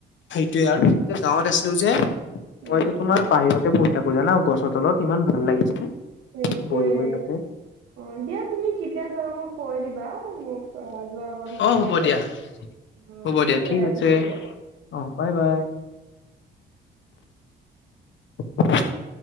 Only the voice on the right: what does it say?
উম
সেইটোয়।
অ', দিয়া তুমি কেতিয়া যোৱা মই কৈ দিবা মোক যোৱাৰ আগত মোক
কবা
দেই।
অ হ'ব
ৰাখিছো
দিয়া